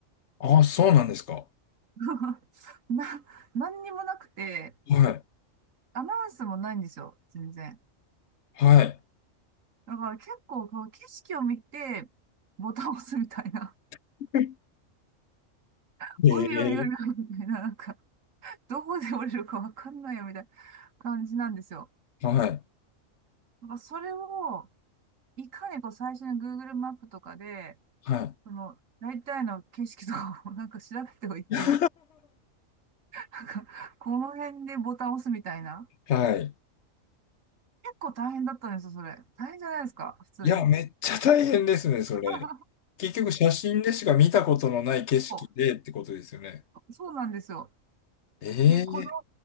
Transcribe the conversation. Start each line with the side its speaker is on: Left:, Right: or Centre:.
Left: ああ、そうなんですか。
Right: <laughs> な、何にもなくて、
Left: はい。
Right: アナウンスもないんですよ、全然。
Left: はい。
Right: だから結構、こう、景色を見て、ボタンを押すみたいな。
Left: <laughs>
Right: <laughs>
Left: ええ
Right: おいおいおいおい、みたいな、なんか、どこで降りるかわかんないよ、みたいな感じなんですよ。
Left: はい。
Right: だからそれを、いかにこう、最初に Google マップとかで、
Left: はい。
Right: その、大体の景色とかをなんか調べておいて、
Left: <laughs>
Right: <laughs> なんか、この辺でボタンを押すみたいな。
Left: はい。
Right: 結構大変だったんですよ、それ。大変じゃないですか、普通に。
Left: いや、めっちゃ大変ですね、
Right: <laughs>
Left: それ。結局、写真でしか見たことのない景色でってことですよね。
Right: そうそうなんですよ。
Left: ええ
Right: で、この